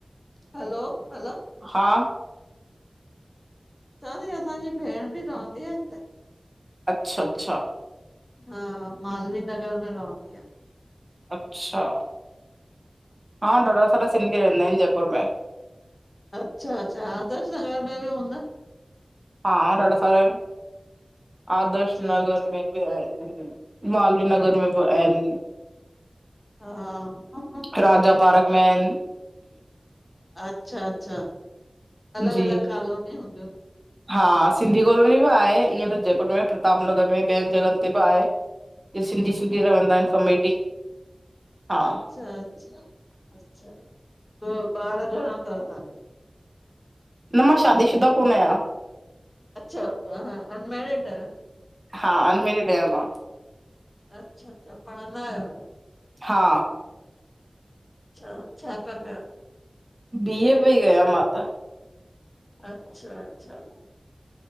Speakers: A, on the left (about 20°); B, on the right (about 25°).
A: Hello hello
B: हा
A: चयांति असांजी भेण ॿि रहंदी आ हिते।
B: अच्छा-अच्छा
A: हा मालवीय नगर में रहंदी आ।
B: अच्छा हा ॾाढा सारा सिंधी रहंदा आयन जयपुर में।
A: अच्छा-अच्छा हा आर्दश में ॿि हूंदा।
B: हा ॾाढा सारा आयन आदर्श
A: अच्छा
B: नगर
A: अच्छा
B: में ॿि आयन। मालवीय नगर में ॿि आयन।
A: हा-ह-हा-हा।
B: राजा पार्क में आयन।
A: अच्छा-अच्छा, अलॻ-अलॻ
B: जी।
A: कॉलोनी हूंदयूं।
B: हा सिंधी कॉलोनी ॿि आहे ईअं त जयपुर में प्रताप नगर में ॿियन जॻहन ते ॿि आये। ॼी सिंधी-सिंधी रहंदा आयन कमेटी। हा
A: अच्छा-अच्छा, अच्छा ॿार घणा तव तांखे।
B: न मां शादीशुदा कोन आयां।
A: अच्छा अनमैरड आयो?
B: हा अनमेरिड आहियां मां,
A: अच्छा-अच्छा पढ़ंदा आयो।
B: हा
A: अच्छा छा ता कयो?
B: बी ए पी कया मां त।
A: अच्छा-अच्छा